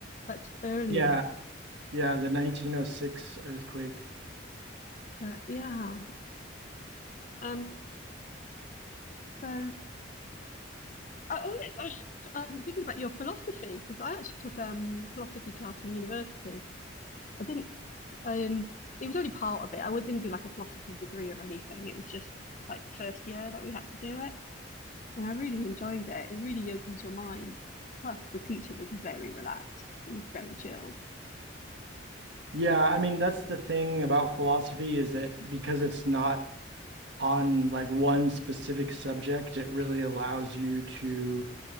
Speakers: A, on the left (about 40°); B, on the right (about 65°).
A: That's earlier.
B: yeah, yeah, the 1906 earthquake.
A: But yeah. Um. So I, oh yeah, I was um, thinking about your philosophy because I actually took um philosophy class in university. I didn't. Um. It was only part of it. I didn't do like a philosophy degree or anything. It was just like the first year that we had to do it, and I really enjoyed it. It really opens your mind. Plus, the teacher was very relaxed. He was very chilled.
B: Yeah, I mean, that's the thing about philosophy is that because it's not on like one specific subject, it really allows you to